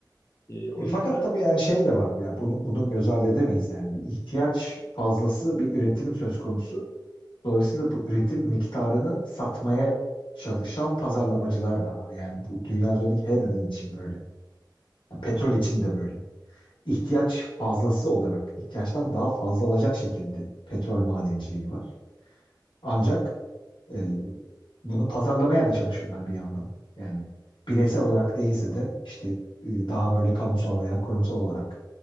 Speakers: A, on the left; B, on the left.
A: E, o
B: E, fakat
A: yüzden
B: tabii yani şey de var yani bunu, bunu göz ardı edemeyiz yani bir ihtiyaç fazlası bir üretim söz konusu. Dolayısıyla bu üretim miktarını satmaya çalışan pazarlamacılar da var. Yani bu dünya üzerindeki her ürün için böyle. Yani petrol için de böyle. İhtiyaç fazlası olarak, ihtiyaçtan daha fazla olacak şekilde petrol madenciliği var. Ancak e, bunu pazarlamaya da çalışıyorlar bir yandan. Yani bireysel olarak değilse de işte e, daha böyle kamusal veya kurumsal olarak